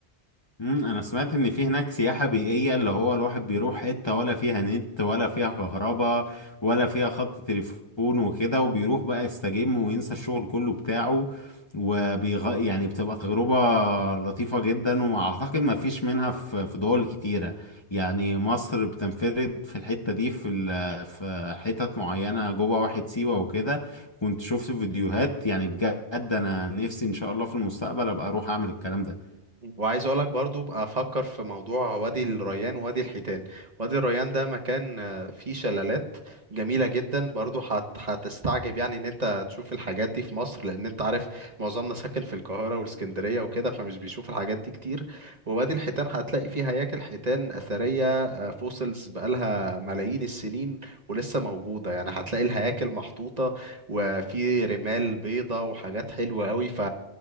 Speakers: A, on the left; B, on the right.
A: امم انا سمعت ان في هناك سياحة بيئية اللي هو الواحد بيروح حتة ولا فيها نت ولا فيها كهرباء ولا فيها خط تليفون وكده وبيروح بقى يستجم وينسى الشغل كله بتاعه وبيغ... يعني بتبقى تجربة لطيفة جدا واعتقد ما فيش منها في في دول كتيرة يعني مصر بتنفرد في الحتة دي في ال... في حتت معينة جوه واحد سيوة وكده كنت شفت فيديوهات يعني بجد انا نفسي ان شاء الله في المستقبل ابقى اروح اعمل الكلام ده
B: وعايز اقولك برضو بقى افكر في موضوع وادي الريان ووادي الحيتان وادي الريان ده مكان آه، فيه شلالات جميلة جدا برضو هت- هتستعجب يعني ان انت تشوف الحاجات دي في مصر لان انت عارف معظمنا ساكن في القاهرة والاسكندرية وكده فمش بيشوف الحاجات دي كتير ووادي الحيتان هتلاقي فيه هياكل حيتان اثرية فوسلز بقالها ملايين السنين ولسه موجودة يعني هتلاقي الهياكل محطوطة وفي رمال بيضة وحاجات حلوة قوي ف